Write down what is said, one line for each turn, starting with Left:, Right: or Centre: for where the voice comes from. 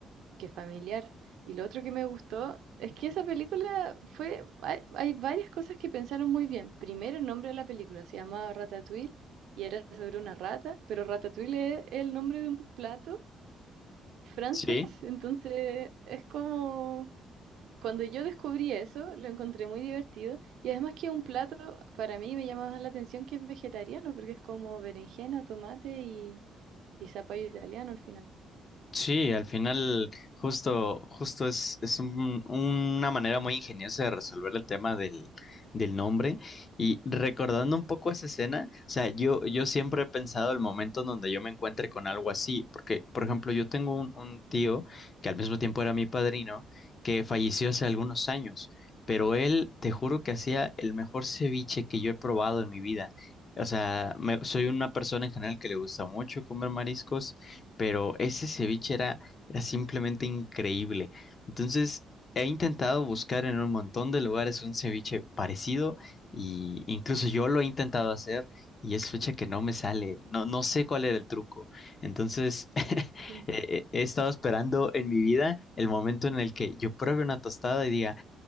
Right: Qué familiar. Y lo otro que me gustó es que esa película fue, hay, hay varias cosas que pensaron muy bien. Primero, el nombre de la película se llamaba Ratatouille y era sobre una rata, pero Ratatouille es el nombre de un plato francés.
Left: Sí.
Right: <laughs> Entonces, es como, cuando yo descubrí eso, lo encontré muy divertido. Y además que un plato, para mí me llamaba la atención que es vegetariano, porque es como berenjena, tomate y, y zapallo italiano al final.
Left: Sí, al final justo, justo es, es un- una manera muy ingeniosa de resolver el tema del, del nombre. Y recordando
Right: Ujú.
Left: un poco esa escena, o sea, yo, yo siempre he pensado el momento en donde yo me encuentre con algo así, porque, por ejemplo, yo tengo un, un tío que al mismo tiempo era mi padrino, que falleció hace algunos años, pero él, te juro que hacía el mejor ceviche que yo he probado en mi vida. O sea, me- soy una persona en general que le gusta mucho comer mariscos pero ese ceviche era, era simplemente increíble. Entonces, he intentado buscar en un montón de lugares un ceviche parecido y incluso yo lo he intentado hacer y es fecha que no me sale. No, no sé cuál era el truco. Entonces, <laughs>
Right: <laughs>
Left: eh, he estado esperando en mi vida el momento en el que yo pruebe una tostada y diga,